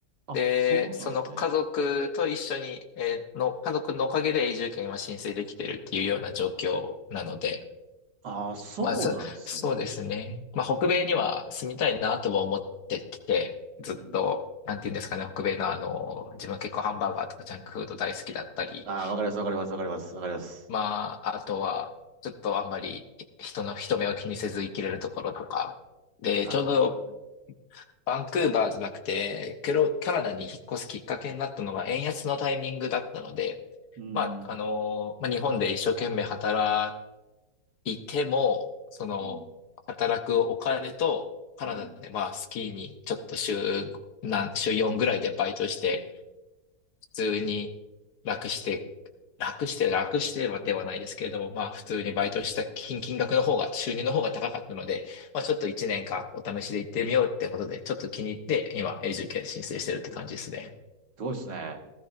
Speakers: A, on the right; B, on the left.
A: あ、
B: で、
A: そうなんですね。
B: その家族と一緒に、えーの、家族のおかげで永住権は申請できてるっていうような状況なので、
A: ああ、そうなんですね。
B: まあ、そ、そうですね。まあ、北米には住みたいなとは思ってて、ずっと、
A: うん。
B: なんていうんですかね、北米のあの、自分は結構ハンバーガーとかジャンクフード大好きだったり、
A: ああ、わかります、わかります、わかります、わかります。
B: まあ、あとは、ちょっとあんまり人の人目を気にせず生きれるところとか、で、
A: ああ、
B: ちょうど
A: まあ。
B: バンクーバーじゃなくて、ケロ、カナダに引っ越すきっかけになったのは円安のタイミングだったので、
A: うん、
B: まあ、あのーまあ、日本で一生懸命働いても、その、
A: うん、
B: 働くお金と、カナダで、
A: うん、
B: まあ、スキーにちょっと週、なん、週4ぐらいでバイトして、通に楽して、楽して、楽してはではないですけれども、まあ普通にバイトした金、
A: うん。
B: 金額の方が、収入の方が高かったので、まあちょっと1年間お試しで行ってみようってことで、ちょっと気に入って今永住権申請してるって感じですね。
A: すごいですね。